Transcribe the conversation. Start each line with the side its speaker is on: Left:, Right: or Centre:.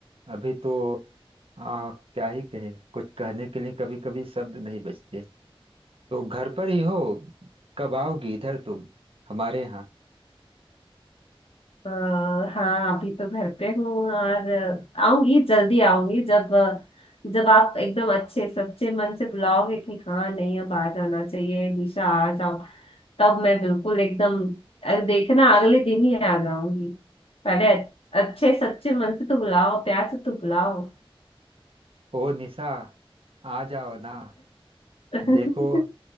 Right: अभी तो आ, क्या ही कहे कुछ कहने के लिए कभी कभी शब्द नहीं बचते तो घर पर ही हो कब आओगी इधर तुम हमारे यहाँ
Left: अ, हाँ अभी तो घर पे हूँ और अ, आऊंगी जल्दी आऊंगी जब अ, जब आप एकदम अच्छे सच्चे मन से बुलाओगे कि हाँ नहीं अब आ जाना चाहिए निशा आ जाओ तब मैं बिल्कुल एकदम अ, देखना अगले दिन ही आ जाऊंगी पहले अ- अच्छे सच्चे मन से तो बुलाओ प्यार से तो बुलाओ
Right: ओ निशा आ जाओ ना
Left: <laughs>
Right: देखो